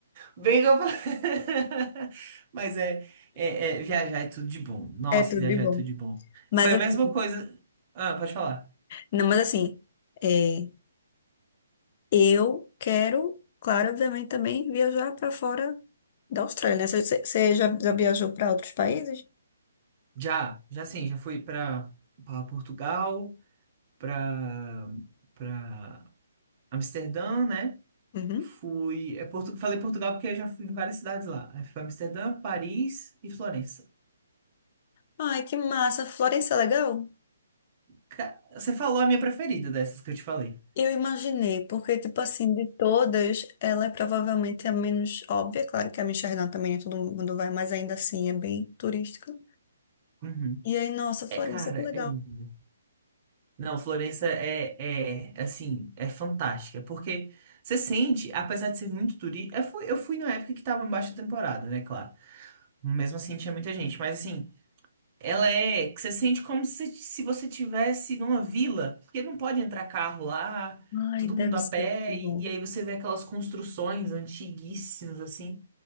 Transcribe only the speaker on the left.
É tudo
de bom.
Mas
assim,
não, mas assim, é, eu quero, claro, obviamente também viajar para fora da Austrália, né? Você você já, já viajou para outros países?
Uhum.
Ai, que massa! Florença é legal?
Eu imaginei, porque, tipo assim, de todas, ela é provavelmente a menos óbvia. Claro que a Amsterdã também é todo mundo vai, mas ainda assim é bem turística.
E aí, nossa, Florença,
que legal.
Ai,
deve
ser
muito
bom.